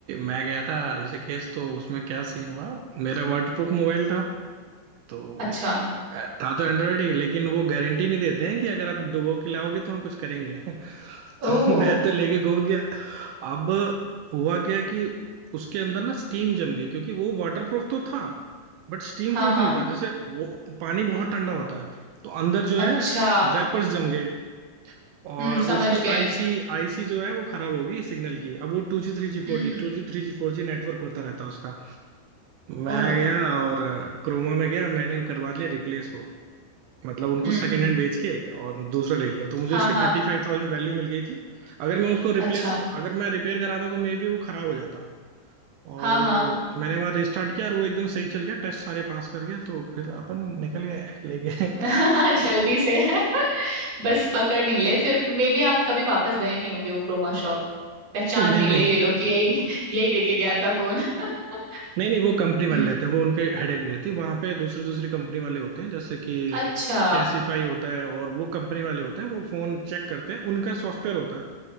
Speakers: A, on the right; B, on the right.
A: मैं गया था ऋषिकेश तो उसमें क्या सीन हुआ मेरा वाटर प्रूफ मोबाइल था तो
B: अच्छा
A: अ, था तो एंड्रॉयड ही लेकिन वो गारंटी नहीं देते हैं कि अगर आप डुबो के लाओगे तो हम कुछ करेंगे <laughs>
B: ओ
A: तो मैं तो लेके गो गया अब हुआ क्या कि उसके अंदर ना स्टीम जम गई क्योंकि वो वाटर प्रूफ तो था बट स्टीम
B: हाँ
A: प्रूफ
B: हाँ
A: नहीं था जैसे वो पानी बहुत ठंडा होता है तो अंदर जो
B: अच्छा
A: है वेपर्स जम गए और
B: हम्म समझ
A: उसकी
B: गए
A: आईसी आईसी जो है वो खराब होगी सिग्नल की अब वो टू जी थ्री जी फोर
B: हम्म
A: जी
B: हम्म
A: टू जी थ्री जी फोर जी network होता रहता है उसका
B: ओ
A: मैं गया और क्रोमा में गया मैंने करवा लिया रिप्लेस वो मतलब उनको
B: हम्म
A: सेकेंड
B: हम्म
A: हैंड बेच के और दूसरा ले लिया तो मुझे
B: हाँ
A: उसकी
B: हाँ
A: थर्टी फाइव थाउजेंड वैल्यू मिल गई थी अगर मैं उसको रिप्लेस
B: अच्छा
A: अगर मैं रिपेयर कराता तो मे बी वो खराब हो जाता और
B: हाँ हाँ
A: मैंने वहां रिस्टार्ट किया और वो एकदम सही चल गया टेस्ट सारे पास कर गया तो फिर अपन निकल गए लेके <laughs>
B: <laughs> जल्दी से <laughs> बस पकड़ नहीं ले फिर मे बी आप कभी वापस गए नहीं होंगे वो क्रोमा शॉप पहचान
A: नहीं
B: नहीं
A: नहीं
B: ले ये लोग कि यही यही देके गया था फोन <laughs>
A: नहीं नहीं वो कंपनी वाले
B: हम्म
A: लेते हैं वो उनके हेडेक नहीं रहती वहां पे दूसरी दूसरी कंपनी वाले होते हैं जैसे कि
B: अच्छा
A: कैसीफाई होता है और वो कंपनी वाले होते हैं वो फोन चेक करते हैं उनका सॉफ्टवेयर होता है